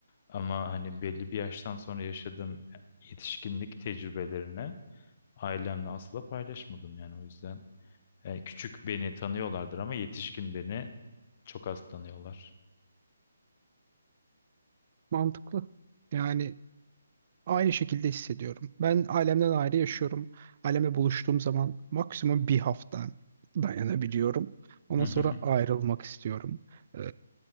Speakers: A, on the left; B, on the right.
A: Ama hani belli bir yaştan sonra yaşadığım yetişkinlik tecrübelerini ailemle asla paylaşmadım yani o yüzden. Yani küçük beni tanıyorlardır ama yetişkin beni çok az tanıyorlar.
B: Mantıklı. Yani Aynı şekilde hissediyorum. Ben ailemden ayrı yaşıyorum. Ailemle buluştuğum zaman maksimum bir hafta dayanabiliyorum. Ondan
A: <laughs>
B: sonra ayrılmak istiyorum. Ee,